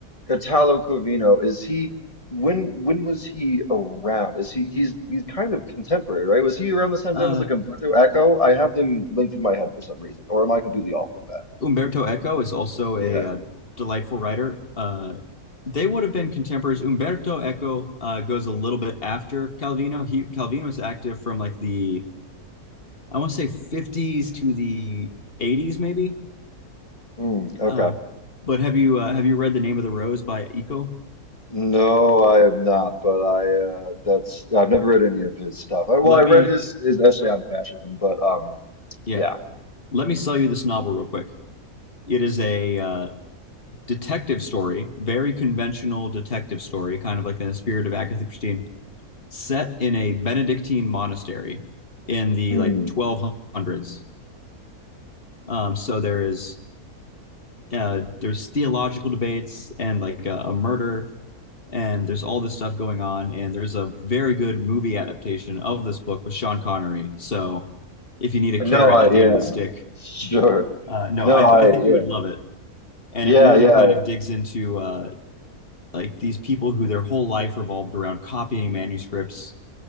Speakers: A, on the left; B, on the left.
A: Italo Calvino, is he when when was he around? Is he he's he's kind of contemporary, right? Was he around the same
B: Uh,
A: time as like Umberto Eco? I have them linked in my head for some reason, or am I completely off of that?
B: Umberto Eco is also
A: Yeah.
B: a uh, delightful writer. Uh, they would have been contemporaries. Umberto Eco uh, goes a little bit after Calvino. He Calvino was active from like the I want to say 50s to the 80s maybe.
A: Mm, okay.
B: Uh, but have you uh, have you read The Name of the Rose by Eco?
A: No, I have not, but I uh that's I've never read any of his stuff. I, well,
B: Let
A: I read
B: me
A: his his essay on fascism, but um
B: yeah,
A: yeah.
B: let me sell you this novel real quick. It is a uh, detective story, very conventional detective story, kind of like in the spirit of Agatha Christie. set in a Benedictine monastery in the
A: Mm.
B: like 1200s. Um, so there is uh, there's theological debates and like a, a murder and there's all this stuff going on and there's a very good movie adaptation of this book with Sean Connery. So if you need a
A: No,
B: carrot
A: I
B: at
A: yeah.
B: the end of the stick,
A: Sure.
B: uh, no,
A: No,
B: I,
A: I
B: th- I think
A: yeah.
B: you would love it. And
A: Yeah,
B: it really
A: yeah.
B: kind of digs into uh, like these people who their whole life revolved around copying manuscripts